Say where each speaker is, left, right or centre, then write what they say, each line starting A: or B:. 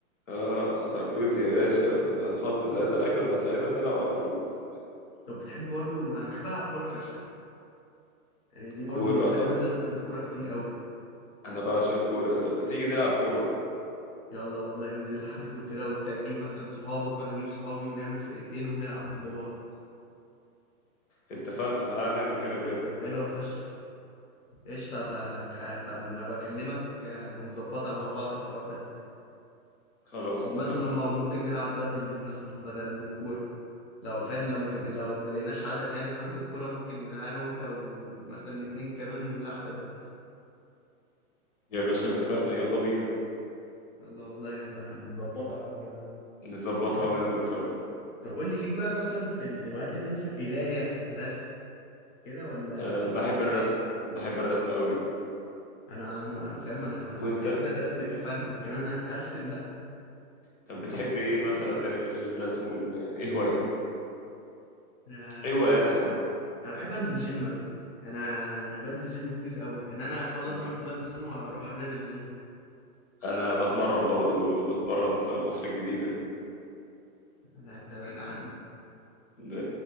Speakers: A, on the left; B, on the left.
A: اه على فلوس يا باشا كنا نحط ساعتها لا كنا ساعتها بنلعب على فلوس
B: طب بتحب برضو أنا بحب ألعب كورة فشخ يعني دي برضو
A: كورة
B: من بدري
A: أب-
B: بنزل حجوزات كورة كتير قوي
A: أنا بعشق الكورة طب ما تيجي نلعب كورة
B: يلا والله ننزل حجز وكده وتجيب مثلا صحابك وأنا أجيب صحابي ونعمل فرقتين ونلعب ضد بعض
A: اتفقنا تعالى نعمل
B: ده
A: كده بجد
B: هتبقى حلوة فشخ قشطة بقى بقى بكلمك ونظبطها مع بعض الحوار ده
A: خلاص
B: أو
A: اتفقنا
B: مثلا ما ممكن نلعب بدل مثلا بدل الكورة لو فاهم لو ما كم... لو ما لقيناش عدد يعني في حجز الكورة ممكن أنا وأنت ومثلا اتنين كمان ونلعب بدل
A: يا باشا اتفقنا يلا بينا
B: يلا والله نبقى نظبطها الحوار ده
A: نظبطها وننزل سوا
B: طب قول لي ليك بقى مثلا في الهوايات التانية مثلا قراية رسم كده ولا
A: أه بحب الرسم بحب الرسم قوي
B: أنا أنا فاهم أنا أنا
A: وانت
B: بحب الرسم كفن لكن أنا أرسم لأ
A: طب بتحب ايه مثلا تاني غير الرسم وال... ايه هوايتك
B: أنا
A: ايه هواياتك يا عم؟
B: انا بحب انزل جيم قوي انا انا انا بنزل جيم كتير قوي يعني انا هخلص
A: انا
B: معاك دلوقتي اصلا واروح انزل الجيم
A: انا بتمرن برضو بتمرن في مصر الجديدة
B: انا انت بعيد عني
A: ده